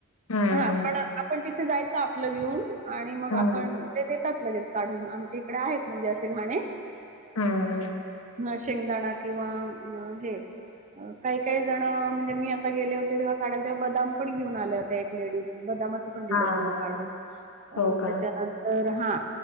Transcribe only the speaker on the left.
हम्म
हम्म
हा.
हा
हो का